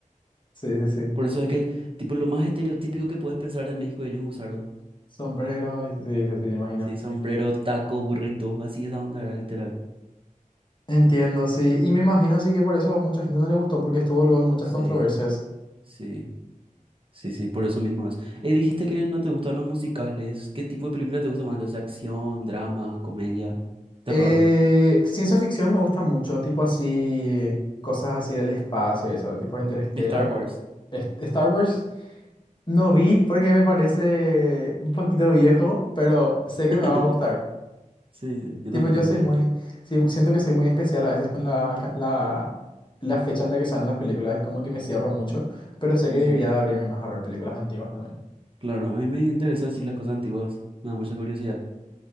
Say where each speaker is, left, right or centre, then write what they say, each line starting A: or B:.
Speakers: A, on the left; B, on the right.
A: Sí, sí, sí.
B: Por eso es que, tipo, lo más estereotípico que puedes pensar de México ellos usaron.
A: Sombreros, y- sí, sí, sí, me imagino.
B: Sí, sombrero, taco, burrito, así esa onda era literal.
A: Entiendo, sí. Y me imagino así que por eso a mucha gente no le gustó porque estuvo luego en muchas
B: Sí,
A: controversias.
B: sí. Sí, sí, por eso mismo es. Eh, dijiste que no te gustan los musicales. ¿Qué tipo de película te gusta más? O sea, acción, drama, comedia, terror.
A: Eh, ciencia ficción me gusta mucho, tipo así,
B: Mm.
A: cosas así del espacio, y eso, tipo Interstellar.
B: Star Wars.
A: Es- Star Wars no vi porque me parece un poquito viejo, pero sé que
B: <laughs>
A: me va a gustar.
B: Sí, sí, yo
A: Tipo,
B: tampoco
A: yo
B: nunca
A: soy muy,
B: vi.
A: sí, siento que soy muy especial a veces con la, ca- la, la fecha en la que salen las películas y como que me cierro mucho, pero sé
B: Ujú.
A: que debería de abrirme más a ver películas antiguas también.
B: Claro, a mí me interesan así las cosas antiguas. Me da mucha curiosidad.